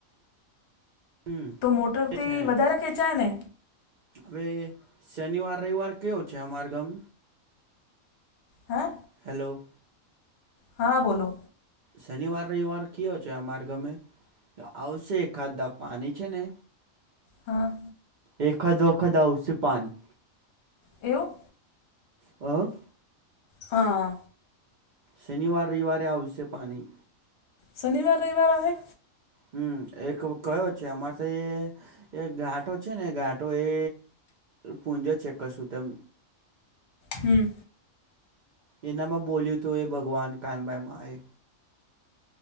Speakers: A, on the right; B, on the left.
A: હમ
B: તો મોટરથી
A: એ છે ને
B: વધારે ખેંચાય ને?
A: હવે શનિવાર રવિવાર કેયો છે અમાર ગમ
B: હે?
A: હેલો.
B: હા બોલો.
A: શનિવાર રવિવાર કયો છે અમારે ગમે આવશે ખાધા પાણી છે ને
B: હા.
A: એકાદ વખત આવસે પાણી.
B: એવું.
A: અ.
B: હા.
A: શનિવાર રઈવારે આવશે પાણી.
B: શનવાર રવવાર આવેમે
A: હમ એક કયો છે અમારે તો એ ઘાટો છે ને ઘાટો એ પૂંજો ચેક કરશું તેમ
B: હમ્મ.
A: એનામાં બોલ્યું તું એ ભગવાન કાનભાઈમાં એ